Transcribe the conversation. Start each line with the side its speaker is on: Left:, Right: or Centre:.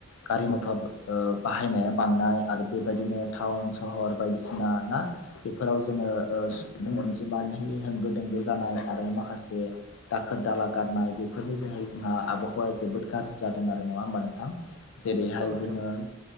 Left: गारि, मथर ओ बाहायनाया बांनाय आरो बेबायदिनो टाउन सहर बायदिसिना ना बेफोराव जोङो ओ
Right: उम
Left: सुबुं अन दिमानहै होंगो दोंगो जानाय आरो माखासे दाखोर दाला गारनाय बेफोरनि जोहै जोंहा आबहावाया जोबोद गाज्रि जादों आरो नङा होमबा नोंथां। जेरैहाय
Right: औ नोंथां
Left: जोङो